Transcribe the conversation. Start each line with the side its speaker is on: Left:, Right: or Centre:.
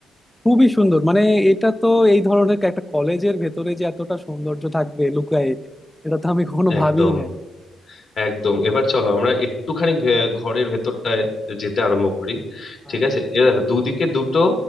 Centre: খুবই সুন্দর মানে এটা তো এই ধরনের একটা কলেজের ভেতরে যে এতটা সৌন্দর্য থাকবে লুকায়ে এটা তো আমি কখনো
Left: একদম
Centre: ভাবিই নাই
Left: একদম এবার চলো আমরা একটুখানি ভে- ঘরের ভেতরটায় যেতে আরম্ভ করি
Centre: আহ,
Left: ঠিক আছে এ দেখো দুদিকে দুটো